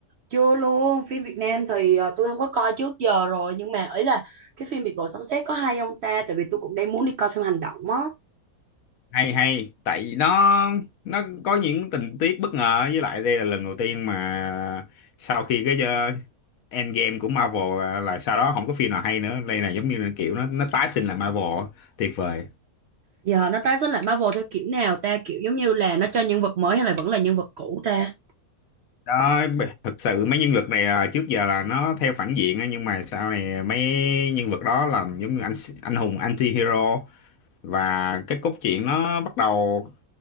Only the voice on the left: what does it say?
hay hay tại vì nó nó có những tình tiết bất ngờ với lại đây là lần đầu tiên mà sau khi cái ờ, Endgame của Marvel là, là sau đó không có phim nào hay nữa đây là giống như là kiểu nó nó tái sinh lại Marvel á. tuyệt vời
đó b- thực sự mấy nhân vật này là trước giờ là nó theo phản diện á, nhưng mà sau này mấy nhân vật đó là giống như anh anh hùng anti-hero và cái cốt truyện nó bắt đầu